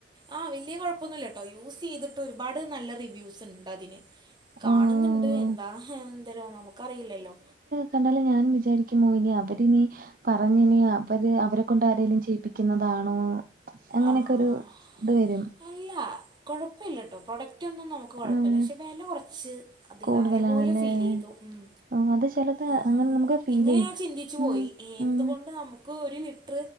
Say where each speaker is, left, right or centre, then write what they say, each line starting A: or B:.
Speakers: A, on the right (about 25°); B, on the right (about 50°).
A: ആഹ് വല്യ കൊഴപ്പൊന്നുല്ലട്ടോ യൂസ് ചെയ്തിട്ട് ഒരുപാട് നല്ല റിവ്യൂസ് ഉണ്ട അതിന് കാണ്ന്ന്ണ്ട്
B: ഓ
A: എന്താ എന്താരോ നമുക്കറിയില്ലല്ലോ
B: കണ്ടാൽ ഞാനും വിചാരിക്കുമോ ഇനി അവരിനി പറഞ്ഞിനി അവര് അവരെ കൊണ്ട് ആരെങ്കിലും ചെയ്യിപ്പിക്കുന്നതാണോ അങ്ങനെക്കെ
A: ആഹ്
B: ഒരു ഇത് വെരും
A: അല്ല കൊഴപ്പില്ലാട്ടോ പ്രൊഡക്റ്റൊന്നും നോ ഇൻക്ക് കൊഴപ്പല്ല
B: ആഹ്
A: പക്ഷേ വെല കൊറച്ച് അധികായ
B: കൂടുതലാണല്ലേ
A: പോലെ ഫീലെയ്തു ഉം
B: ആഹ് അത് ചിലത്
A: ആഹ്
B: അങ്ങനെ നമുക്ക് ഫീൽ
A: ഇങ്ങനെ
B: ചെയ്യും
A: ഞാന് ചിന്തിച്ചു
B: ഉം
A: പോയി എന്തുകൊണ്ട്
B: ഉം
A: നമ് ക്കു ഒരു ലിറ്റ്ർ